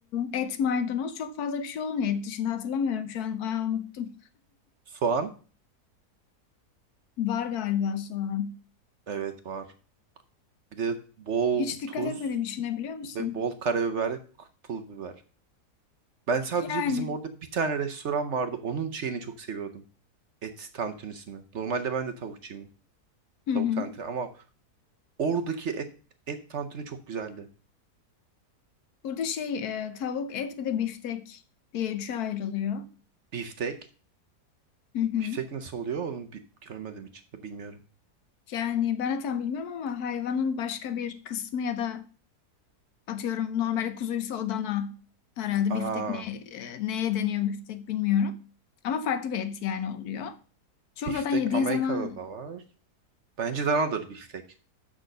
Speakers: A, on the left; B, on the right.
A: et, maydanoz çok fazla bir şey olmuyor et dışında hatırlamıyorum şu an. Aa, unuttum.
B: Soğan.
A: Var galiba soğan.
B: Evet var. Bir de bol
A: Hiç dikkat
B: tuz
A: etmedim içine biliyor musun?
B: ve bol karabiber, pul biber. Ben sadece
A: Yani.
B: bizim orada bir tane restoran vardı. Onun şeyini çok seviyordum. et tantunisini. Normalde ben de tavukçuyum.
A: Hı
B: Tavuk
A: hı.
B: tantuni ama oradaki et et tantuni çok güzeldi.
A: Burada şey e, tavuk, et bir de biftek diye üçe ayrılıyor.
B: Biftek.
A: Hı hı.
B: Biftek nasıl oluyor? Onu bi- görmedim hiç. Bilmiyorum.
A: Yani ben zaten bilmiyorum ama hayvanın başka bir kısmı ya da Atıyorum normali kuzuysa Adana herhalde
B: Aa,
A: biftek ne e, neye deniyor biftek bilmiyorum. Ama farklı bir et yani oluyor. Çok
B: biftek
A: zaten yediğin
B: Amerika'da
A: zaman
B: da var. Bence danadır biftek.